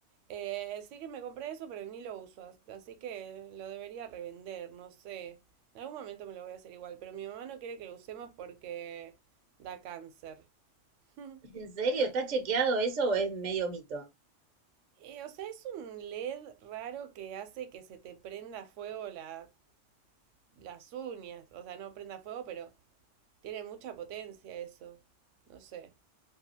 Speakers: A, on the right; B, on the right.
A: Eh, sí que me compré eso, pero ni lo uso, as- así que lo debería revender, no sé. En algún momento me lo voy a hacer igual, pero mi mamá no quiere que lo usemos porque da cáncer. <laughs>
B: ¿En serio? ¿Está chequeado eso o es medio mito?
A: Eh, o sea, es un LED raro que hace que se te prenda fuego la, las uñas. O sea, no prenda fuego, pero tiene mucha potencia eso. No sé.